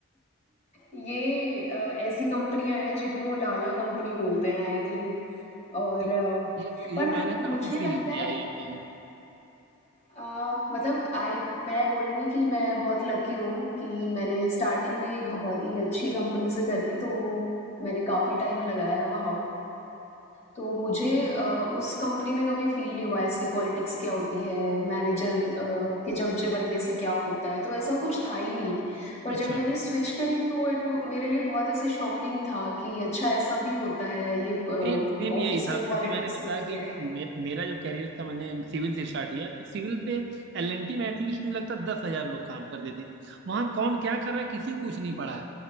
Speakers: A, on the left; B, on the right.
A: ये अ, ऐसी कंपनियाँ हैं जिनको लाला कंपनी बोलते हैं आई थिंक और
B: ये
A: अ,
B: ये ये
A: पर
B: मैंने काफी
A: मुझे
B: फील
A: लगता
B: किया
A: है
B: है ये चीजें
A: अ, मतलब आई मैं बोलूँगी कि मैं बहुत लकी हूँ कि मैंने स्टार्टिंग भी एक बहुत ही अच्छी कंपनी से करी, तो मैंने काफ़ी टाइम लगाया वहाँ। तो मुझे अ, उस कंपनी में कभी फ़ील नहीं हुआ ऐसे पॉलिटिक्स क्या होती है, मैनेजर अ, के चमचे बनने से क्या होता है, तो ऐसा कुछ था ही नहीं। पर
B: अच्छा
A: जब मैंने स्विच करी तो इट वो मेरे लिए बहुत ऐसे शॉकिंग था कि अच्छा ऐसा भी होता है, ये प
B: सेम सेम
A: ऑफ़िस
B: यही था
A: में
B: अब
A: पॉलिटिक्स
B: चूंकि मैंने बताया
A: होती
B: कि
A: है।
B: मे, मेरा जो करियर था मैंने सिविल से स्टार्ट किया तो सिविल पे एल एन टी में एटलीस्ट मुझे लगता है दस हजार लोग काम करते थे वहाँ कौन क्या कर रहा है किसी को कुछ नहीं पड़ा है